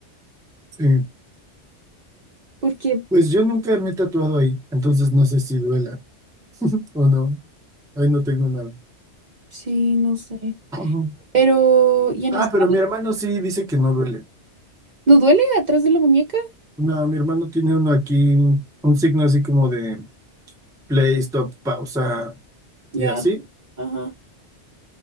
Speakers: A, in the centre; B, on the right.
A: sí
B: Porque,
A: Pues yo nunca me he tatuado ahí, entonces no sé si duela o no. Ahí no tengo nada.
B: sí, no sé.
A: Ujú.
B: Pero, ¿y en
A: Ah,
B: la espalda?
A: pero mi hermano sí dice que no duele.
B: ¿No duele atrás de la muñeca?
A: No, mi hermano tiene uno aquí, un signo así como de play, stop, pausa
B: Ya.
A: y así.
B: Ajá.